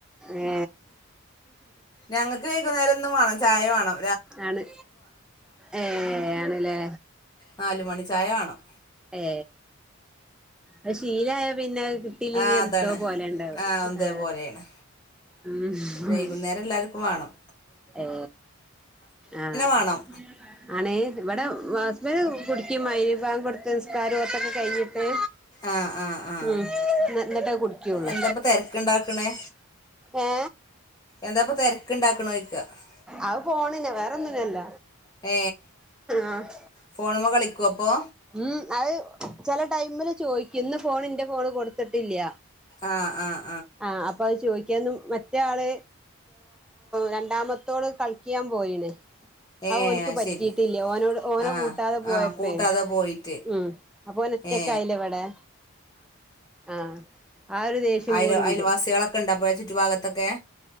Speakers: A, in the centre; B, on the left (about 20°).
A: ഏ
B: ഞങ്ങക്ക് വൈക്കുന്നേരം എന്നും വേണം ചായ വാണം
A: ആണ് ഏ ആണ്ല്ലേ
B: നാല് മണി ചായ വാണം
A: ഏ അത് ശീലായ പിന്നെ കിട്ടിയിലെങ്കി
B: ആഹ് അതാണ്
A: എന്തോ പോലണ്ടാവ
B: ആഹ് അതേ
A: ആ
B: പോലെയാണ്
A: ഉം
B: വൈകുന്നേരം എല്ലാർക്കും വാണം
A: ഏ ആഹ്
B: വേണം
A: ആണേ ഇവിടെ ഹസ്ബൻ കുടിക്കും മഗ്രിബാങ്ക് കൊടുത്ത് നിസ്കാരും ഓത്തൊക്കെ കഴിഞ്ഞ് ട്ട്
B: ആഹ് ആഹ് ആഹ്
A: ഉം എന്നിട്ടേ കുടിക്കുള്ളൂ
B: എന്താപ്പ തിരക്കുണ്ടാക്കണേ
A: ഏ
B: എന്താപ്പ തിരക്കുണ്ടാക്കണോയ്ക്ക
A: അത് ഫോണിന് വേറൊന്നിനല്ല
B: ഏ
A: ആഹ്
B: ഫോണുമ്മ കളിക്കോ അപ്പൊ
A: ഉം അത് ചില ടൈമില് ചോയ്ക്കും ഇന്ന് ഫോണ് ന്റെ ഫോണ് കൊടുത്തിട്ടില്ല
B: ആഹ് ആഹ്
A: ആഹ് അപ്പ അത് ചോദി ക്കും മറ്റാള് രണ്ടാമത്തോള് കളിക്കാൻ പോയിണ്
B: ഏ
A: ആ ഓൻക്ക്
B: അത്
A: പറ്റിട്ടില്ല
B: ശരി
A: ഓനോട് ഓനെ
B: ആഹ്
A: കൂട്ടാതെ പോയപ്പേ
B: ആഹ് കൂട്ടാതെ പോയിട്ട്
A: ഉം പോ നൊറ്റക്കായിലെ
B: ഏ
A: ഇവിടെ ആഹ് ആ ഒരു ദേഷ്യം
B: അയൽ
A: കൂടി
B: അയൽവാസികളൊക്കെ
A: ഇണ്ട്
B: ഇണ്ട അപ്പൊ ചുറ്റു ഭാഗത്തൊക്കെ